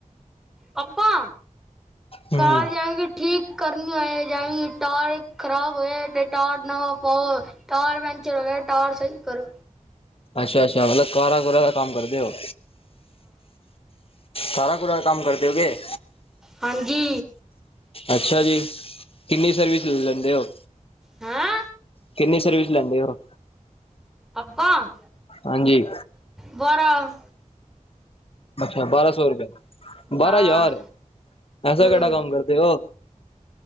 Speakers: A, in the centre; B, on the left (about 45°).
A: ਆਪਾ
B: ਹਮ
A: ਘਰ ਜਾਏ ਕੇ ਠੀਕ। ਕਰਨ ਹੋਏ ਜਾ ਟੋਇਆ ਖ਼ਰਾਬ ਹੋਏ ਤੇ ਤਾਰ ਨਾਂ ਪਾਓ। ਟਾਇਰ ਪੈਂਚਰ ਹੋ ਗਿਆ ਟਾਇਰ ਸਹੀ ਕਰੋ।
B: ਅੱਛਾ, ਅੱਛਾ ਮਤਲਬ ਕਾਰਾਂ ਕੂਰਾ ਦਾ ਕੰਮ ਕਰਦੇ ਹੋ? ਕਾਰਾਂ ਕੋਰਾ ਦਾ ਕੰਮ ਕਰਦੇ ਹੋ ਕੇ?
A: ਹਾਂਜੀ
B: ਅੱਛਾ ਜੀ ਕਿੰਨੀ ਸਰਵਿਸ ਲੈਂਦੇ ਹੋ?
A: ਹਾਂ
B: ਕਿੰਨੀ ਸਰਵਿਸ ਲੈਂਦੇ ਹੋ?
A: ਆਪਾਂ?
B: ਹਾਂਜੀ
A: ਬਾਂਰਾਂ।
B: ਅੱਛਾ ਬਾਰਾਂ ਸੌ ਰੁਪਏ ਬਾਰਾਂ
A: ਹਾਂ
B: ਹਜ਼ਾਰ ਐਸਾ
A: ਹੂੰ
B: ਕਿਹੜਾ ਕੰਮ ਕਰਦੇ ਹੋ।